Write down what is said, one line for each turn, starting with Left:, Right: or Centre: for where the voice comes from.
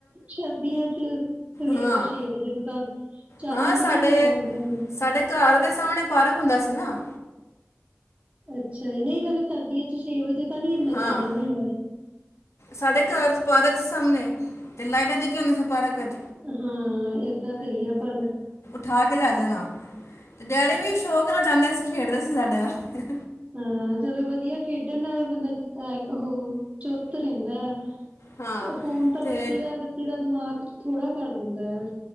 Right: ਸਰਦੀਆਂ ਚ ਸਵੇਰ
Left: ਹਾਂ
Right: ਦੇ ਛੇ ਵਜੇ ਤਾਂ ਚਾਨਣ
Left: ਹਾਂ ਸਾਡੇ
Right: ਵੀ ਨੀ ਹੋਇਆ ਹੁੰਦਾ ਹੋਣਾ।
Left: ਸਾਡੇ ਘਰ ਦੇ ਸਾਹਮਣੇ ਪਾਰਕ ਹੁੰਦਾ ਸੀ ਨਾ।
Right: ਅੱਛਾ ਜੀ, ਨਹੀਂ ਮੈਂ ਕਿਹਾ ਸਰਦੀਆਂ 'ਚ ਛੇ ਵਜੇ ਇੰਨਾ
Left: ਹਾਂ
Right: ਚਾਨਣ ਹੁੰਦਾ
Left: ਸਾਡੇ ਘਰ ਚ ਪਾਰਕ ਸੀ ਸਾਹਮਣੇ ਲਾਈਟਾਂ ਜੱਗਿਆ ਹੁੰਦਿਆਂ ਸੀ ਪਾਰਕ ਚ
Right: ਹਾਂ ਏਦਾਂ ਹੀ ਹੈ ਪਰ
Left: ਠਾ ਕੇ ਲੈ ਜਾਣਾ। ਤੇ ਡੈਡੀ ਵੀ ਸ਼ੌਕ ਨਾਲ ਜਾਂਦੇ ਸੀ। ਖੇਡਦੇ ਸੀ ਸਾਡੇ ਨਾਲ
Right: ਹਾਂ ਚਲੋ ਵਧੀਆ ਖੇਡਣ ਨਾਲ ਬੰਦਾ ਅਹ ਉਹ ਚੁਸਤ ਰਹਿੰਦਾ ਆ।
Left: ਹਾਂ
Right: ਫੋਨ ਤਾਂ
Left: ਤੇ
Right: ਬੱਚੇ ਦਾ ਬੱਚੇ ਦਾ ਦਿਮਾਗ। ਥੋੜਾ ਕਰ ਦਿੰਦਾ ਹੈ।